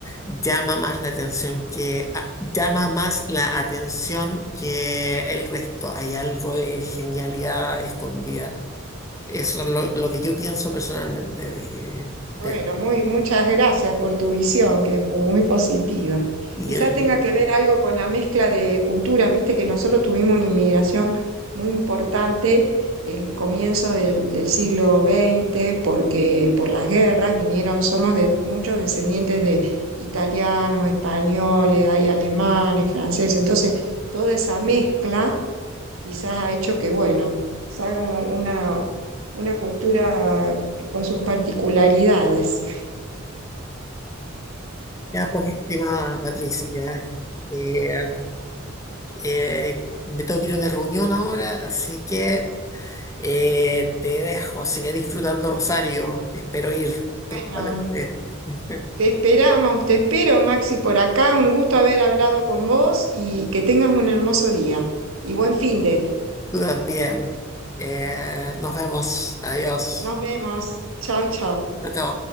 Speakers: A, on the left; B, on the right.
A: llama más la atención que ah, llama más la atención que el resto. Hay algo de genialidad escondida. Eso es lo, lo que yo pienso personalmente de, de-
B: Bueno, muy, muchas gracias por tu visión, que es muy positiva.
A: y,
B: Quizá tenga
A: y-
B: que ver algo con la mezcla de culturas, viste que nosotros tuvimos una inmigración muy importante en comienzo del, del siglo XX, porque por las guerras vinieron, somos de muchos descendientes de italianos, españoles, hay alemanes, franceses, entonces toda esa mezcla quizás ha hecho que, bueno, salga una, una cultura que- con sus particularidades.
A: ya pues, estimada Patricia, eh, Eh, me tengo que ir a una reunión ahora, así que eh, te dejo. Sigue disfrutando Rosario. Espero ir prontamente.
B: No,
A: <laughs>
B: te esperamos, te espero, Maxi, por acá. Un gusto haber hablado con vos y que tengas un hermoso día. Y buen fin de.
A: Tú también. Eh, nos vemos. Adiós.
B: Nos vemos. Chao, chao.
A: Chao. chao.